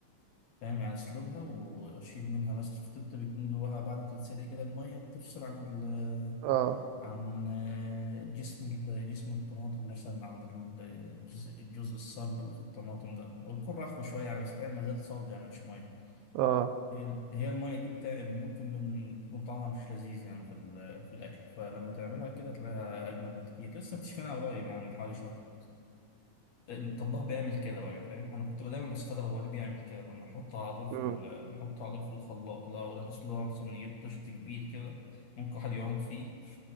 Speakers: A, on the left; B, on the right.
A: فاهم يعني اسلقها واشيل منها مثلا شفت انت بيكون جواها بعد ما تتسلق كده الميه بتفصل عن ال
B: اه
A: عن آه، جسم ال- جسم الطماطم مثلا عن ال- الجزء الجزء الصلب اللي في الطماطم ده ويكون رخو شويه يعني بس فاهم ما زال صلب يعني مش ميه
B: اه
A: هي هي الميه دي بتاع ممكن من تكون طعمها مش لذيذ يعني في ال- في الاكل فلما تعملها كده تلاقيها اجمل بكتير لسه مكتشفينها قريب يعني من حوالي شهر الطباخ بيعمل كده بقى فاهم انا كنت دايما بستغرب هو ليه بيعمل كده طب نحطه على طول
B: مم.
A: في ال... نحطه على طول في الخلاط لا بحيث اللي هو مثلا نجيب طشت كبير كده ممكن واحد يعوم فيه